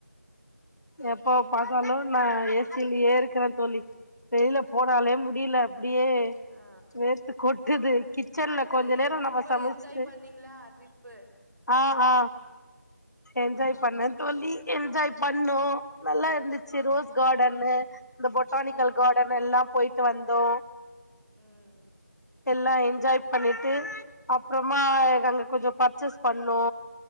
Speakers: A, on the left; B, on the right.
A: எப்ப பாத்தாலு நான் ஏ சி லியே இருக்றேந் தோழி வெளில போனாலே
B: ம்
A: முடில அப்டியே
B: ஆ
A: வேர்த்து கொட்டுது
B: ஆ
A: கிச்சன்ல
B: சரி
A: கொஞ்ச நேரே
B: ட்ரிப்பு
A: நம்ம சமைச்ட்டு
B: என்ஜாய் பண்ணீங்களா ட்ரிப்பு
A: ஆ ஆ என்ஜாய்
B: ம்
A: பண்ணே தோழி என்ஜாய் பண்ணோ நல்லா இருந்துச்சு
B: ம்
A: ரோஸ் கார்டன்னு இந்த பொட்டானிக்கல்
B: ம்
A: கார்டன் எல்லா போயிட்டு வந்தோ
B: ம்
A: எல்லா என்ஜாய் பண்ணிட்டு அப்றமா எங்க அங்க கொஞ்சோ பர்ச்சேஸ் பண்ணோ